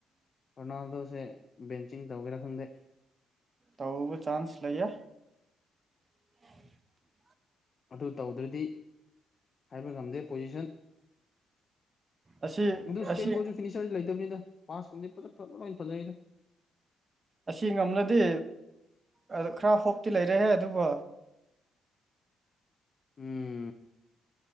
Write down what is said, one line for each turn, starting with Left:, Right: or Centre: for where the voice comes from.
Left: ꯔꯣꯅꯥꯜꯗꯣ ꯁꯦ꯫ ꯕꯦꯟꯆꯤꯡꯗꯥ ꯇꯧꯒꯦꯔꯥ ꯈꯪꯗꯦ꯫
Right: ꯇꯧꯕꯩ ꯆꯥꯟꯁ ꯂꯩꯌꯦ꯫ <unintelligible> <inaudible>
Left: ꯑꯗꯨ ꯇꯧꯗ꯭ꯔꯗꯤ ꯍꯥꯏꯕꯥ ꯉꯝꯗꯦ ꯄꯣꯖꯤꯁꯟꯗꯤ꯫
Right: ꯑꯁꯤ
Left: ꯑꯗꯨ ꯏꯁꯄꯦꯟ
Right: ꯑꯁꯤ
Left: ꯈꫭꯏꯁꯨ ꯐꯤꯅꯤꯁꯔꯗꯤ ꯂꯩꯇꯕꯅꯤꯗ ꯄꯥꯁ ꯀꯨꯝꯕꯗꯤ ꯂꯣꯏꯅ ꯐꯖꯩꯗꯥ꯫
Right: ꯑꯁꯤ ꯉꯝꯂꯗꯤ ꯑꯥꯗ ꯈꯔ ꯍꯣꯞꯇꯤ ꯂꯩꯔꯍꯦ ꯑꯗꯨꯕꯨ꯫
Left: ꯎꯝꯝ